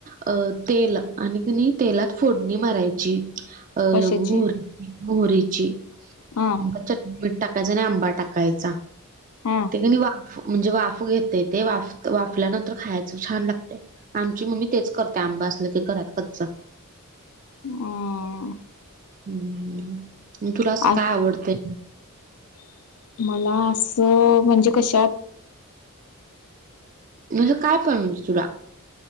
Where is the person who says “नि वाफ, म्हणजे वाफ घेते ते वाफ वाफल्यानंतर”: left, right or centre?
Right